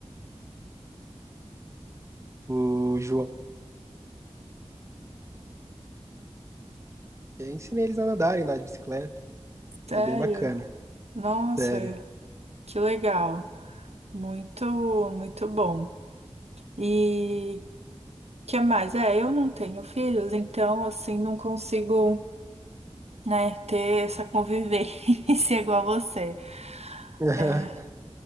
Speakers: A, on the right; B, on the right.
A: o João. Eu ensinei eles a nadarem, andar de bicicleta.
B: Sério?
A: É bem bacana,
B: Nossa,
A: sério.
B: Que legal. Muito, muito bom. E que mais? É, eu não tenho filhos, então assim não consigo, né, ter essa convivência <laughs> igual você.
A: <laughs>
B: É.